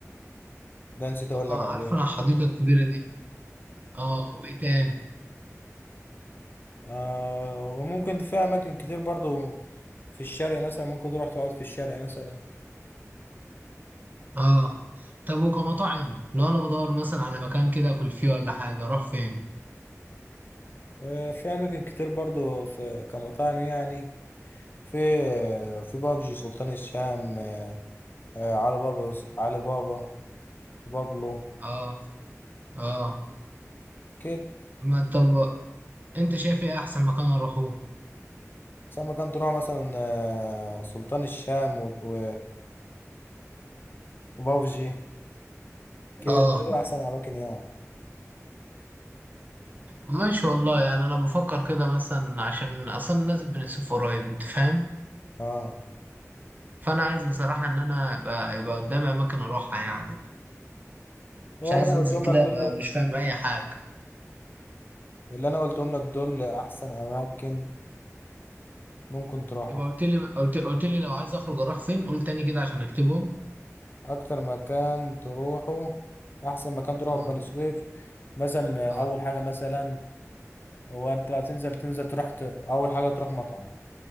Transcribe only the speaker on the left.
ده نسيت اقول لك
عليه
آه وممكن في اماكن كتير برضو في الشرق مثلا ممكن تروح تقعد في الشرق مثلا
آه في اماكن كتير برضو في كمطاعم يعني في في بابجي سلطان الشام آه آه، علي بابا علي بابا في بابلو
كده
سما كان تروح مثلا آه، سلطان الشام و... و... وبابجي كده
دول احسن اماكن يعني
اه
هو
اللي انا
قلتهم
لك دول
اللي انا قلتهم لك دول احسن اماكن ممكن تروحها
اكتر مكان تروحه احسن مكان تروحه
في بني سويف مثلا
اول حاجه مثلا هو انت لو تنزل تنزل تروح ت... اول حاجه تروح مطعم